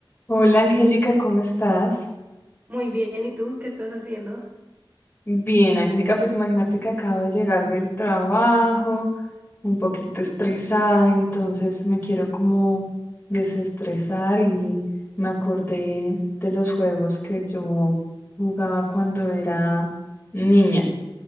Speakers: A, on the left; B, on the right.
A: Hola Angélica, ¿cómo estás?
B: Muy bien, ¿y tú qué estás haciendo?
A: Bien, Angélica, pues imagínate que acabo de llegar del trabajo, un poquito estresada, entonces me quiero como desestresar y me acordé de los juegos que yo jugaba cuando era niña.